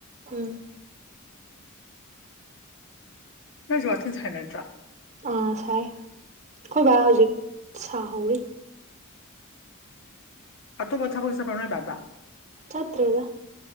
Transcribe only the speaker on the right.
ꯎꯝ
ꯑꯥ ꯆꯥꯏ ꯈꯣꯏ ꯍꯧꯖꯤꯛ ꯆꯥ ꯍꯧꯋ
ꯆꯠꯔꯤꯗ